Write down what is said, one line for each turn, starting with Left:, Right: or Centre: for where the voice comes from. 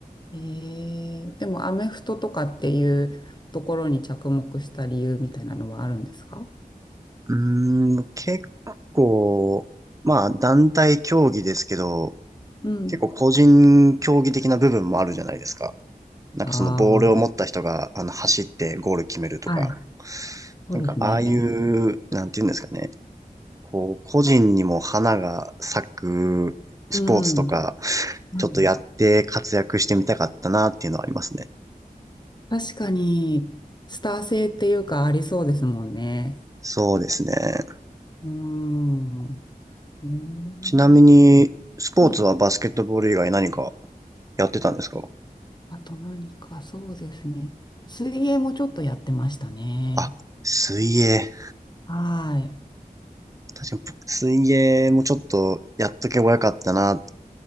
Left: ええでもアメフトとかっていうところに着目した理由みたいなのはあるんですか
Right: うーん、結構、まあ団体競技ですけど、
Left: うん。
Right: 結構個人競技的な部分もあるじゃないですか。なんかそのボールを持った人が、
Left: あ
Right: あの、走ってゴール決めるとか、
Left: あ、はい。そうですね。
Right: なんかああいう、なんていうんですかね、こう、個人にも花が咲くスポーツとか、
Left: うん。うん
Right: ちょっとやって活躍してみたかったなっていうのはありますね。
Left: 確かに、スター性っていうかありそうですもんね。
Right: そうですね。
Left: うん。ね
Right: ちなみに、
Left: え
Right: スポーツはバスケットボール以外何か
Left: はい。
Right: やってたんですか
Left: あと何か、そうですね。水泳もちょっとやってましたね。
Right: あ、水泳。
Left: はい。
Right: 確かに、水泳もちょっとやっとけばよかったなっ